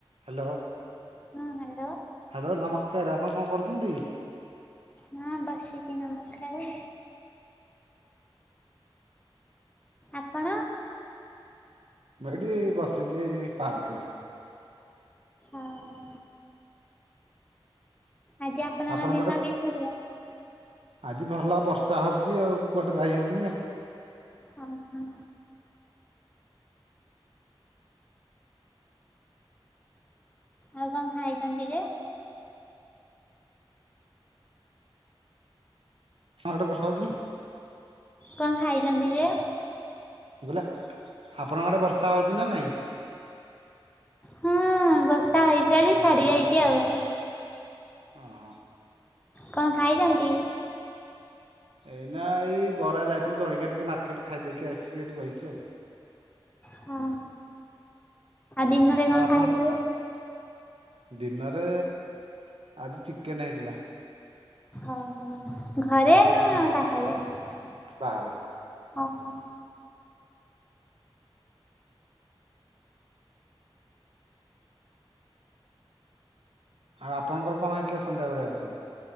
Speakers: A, on the right; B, on the left.
A: Hello.
B: ହଁ hello
A: hello ନମସ୍କାର ଆପଣ କଣ କରୁଛନ୍ତି?
B: ହଁ ବସିକି ନମସ୍କାରେ। ଆପଣ?
A: ମୁଁ ଏଇଠି ବସିଚି ଏ ପାର୍କରେ।
B: ଆଉ ଆଜି
A: ଆପଣଙ୍କ
B: ଦିନ
A: ଆଡୁ।
B: କିପରି
A: ଆଜି ଭଲ ବର୍ଷା ହଉଚି ଆଉ କୁଆଡ଼େ ଯାଇ ହଉନି ଆଉ।
B: ଆ ହାଁ। ଆଉ କଣ ଖାଇଛନ୍ତି ଯେ?
A: ହଁ ଏଟେ ବର୍ଷା ହଉଛିି ନା।
B: କଣ ଖାଇଛନ୍ତି ଯେ?
A: ମୁଁ କହିଲି ଆପଣଙ୍କ ଆଡ଼େ ବର୍ଷା ହଉଛି ନା ନାଇଁ।
B: ହୁଁ ବର୍ଷା ହେଇଥିଲା ଯେ ଛାଡି ଯାଇଛି ଆଉ।
A: ଓ ହଁ।
B: କଣ ଖାଇଛନ୍ତି?
A: ଏଇନା ଏଇ ବରା ଯାଇଥିଲୁ ଜଳଖିଆ ଟିକେ ମାର୍କେଟ ଖାଇଦେଇକି ଆସିକି ଏଠି ବଇଚୁ ଆଉ।
B: ହଁ ଆ ଦିନରେ
A: ଆଉ
B: କଣ
A: ଆପଣ
B: ଖାଇଥିଲେ?
A: ଦିନରେ ଆଜି ଚିକେନେ ହେଇଥିଲା।
B: ଓ ହୋ ଘରେ ନା
A: ଚି
B: ବାହାରେ। ଅ
A: ବାହାରେ
B: ହଁ।
A: ଆଉ ଆପଣଙ୍କର କଣ ହେଇଥିଲା ସନ୍ଧ୍ୟାବେଳେ ଆଜି ସବୁ।